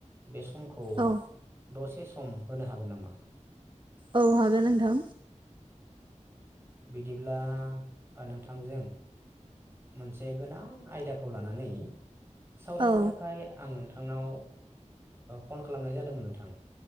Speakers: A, on the right; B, on the right.
A: बे सम खौ
B: औ
A: दसे सम होनो हागोन नामा
B: औ हागोन नोंथां
A: बिदिब्ला नोंथांजों मोनसे गोनां आयदाखौ लानानै सावरायनो
B: औ
A: थाखाय आं नोंथांनाव फन खालामनाय जादोंमोन नोंथां